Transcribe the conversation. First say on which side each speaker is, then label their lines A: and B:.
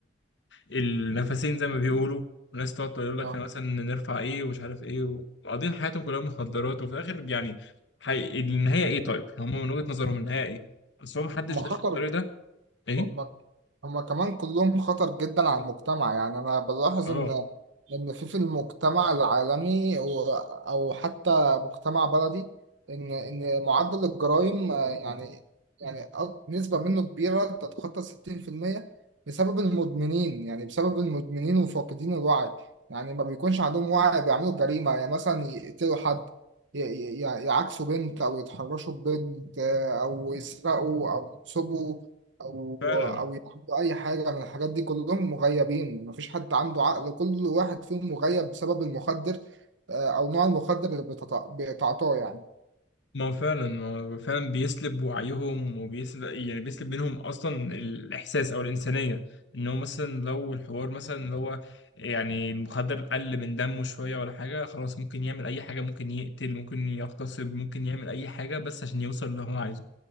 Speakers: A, on the left (about 70°); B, on the right (about 75°).
A: النفسين زي ما بيقولوا وناس تقعد تقول لك
B: لو-
A: أنا مثلا نرفع ايه ومش عارف ايه وقاضيين حياتهم كلها مخدرات وفي الاخر يعني حي... النهايه ايه طيب؟ هم من وجهة نظرهم النهايه ايه؟ اصل هو محدش
B: ما
A: داخل
B: خطر
A: الطريق ده ايه؟
B: هما هما كمان كلهم خطر جدا على المجتمع يعني أنا بلاحظ
A: اه
B: إن إن في في المجتمع العالمي أو أو حتى مجتمع بلدي إن إن معدل الجرائم آه، يعني يعني أك- نسبة منه كبيرة تتخطى 60% بسبب المدمنين يعني بسبب المدمنين وفاقدين الوعي يعني ما بيكونش عندهم وعي بيعملوا جريمة يعني مثلا يقتلوا حد ي- ي- يعاكسوا بنت أو يتحرشوا ببنت آه، أو يسرقوا أو يسبوا او
A: فعلا
B: او يعملوا اي حاجه من الحاجات دي كلهم مغيبين مفيش حد عنده عقل كل واحد فيهم مغيب بسبب المخدر آه، او نوع المخدر اللي بتتع- بتعاطاه يعني
A: ما هو فعلا هو فعلا بيسلب وعيهم وبيسلب يعني بيسلب منهم اصلا الاحساس او الانسانيه ان هو مثلا لو الحوار مثلا اللي هو يعني المخدر قل من دمه شويه ولا حاجه خلاص ممكن يعمل اي حاجه ممكن يقتل ممكن يغتصب ممكن يعمل اي حاجه بس عشان يوصل اللي هو عايزه